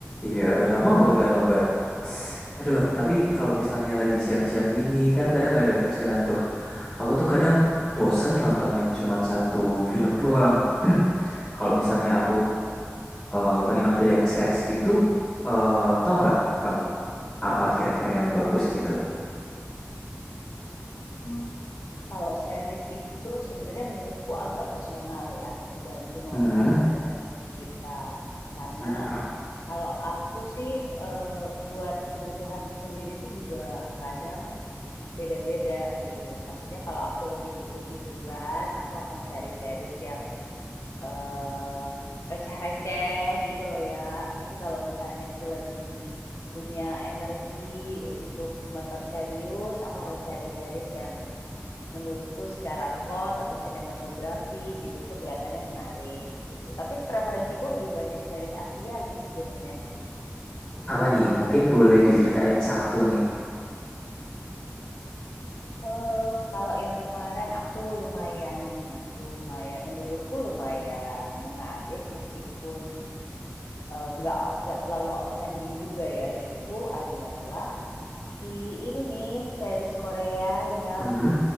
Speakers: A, on the left (about 15°); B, on the left (about 85°).
A: Iya, udah lama banget gak nobar. Tss, Aduh, tapi kalau misalnya lagi siang-siang gini kan kadang nggak ada kerjaan tuh. Aku tuh kadang bosen nonton yang cuman satu film doang. <clears throat> Kalau misalnya aku eh, pengen nonton yang series gitu, eh tahu nggak kamu apa kira-kira yang bagus gitu?
B: Hmm, kalau series itu sebenarnya menurutku agak personal ya, tergantung
A: Mm-mm.
B: sama preferensi kita. Karena
A: Mm-mm.
B: kalau aku sih eh, buat kebutuhanku sendiri itu juga kadang beda-beda gitu. Maksudnya kalau aku lagi butuh hiburan, aku akan cari series yang eh receh-receh gitu loh ya. Tapi kalau misalnya aku lagi punya energi untuk nonton serius, aku akan cari series yang menurutku secara plot atau sinematografi gitu tuh kelihatannya menarik gitu. Tapi preferensiku lebih banyak series Asia sih sebenarnya.
A: Apa nih? Mungkin boleh diceritain satu nih.
B: Eh, kalau yang kemarin aku lumayan, lumayan, menurutku lumayan menarik meskipun eh, nggak eh, nggak terlalu outstanding juga ya itu adalah di ini nih series Korea yang
A: Hmm,